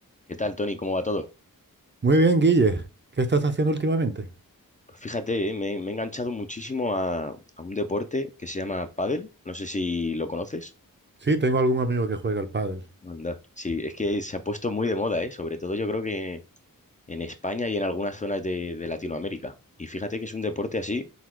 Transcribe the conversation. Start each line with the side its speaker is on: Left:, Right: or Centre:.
Left: ¿Qué tal, Tony? ¿Cómo va todo?
Right: Muy bien, Guille. ¿Qué estás haciendo últimamente?
Left: Pues fíjate, eh, me, me he enganchado muchísimo a, a un deporte que se llama pádel. No sé si lo conoces.
Right: Sí, tengo algún amigo que juega al pádel.
Left: Anda. Sí, es que se ha puesto muy de moda, ¿eh? Sobre todo yo creo que en España y en algunas zonas de, de Latinoamérica. Y fíjate que es un deporte así,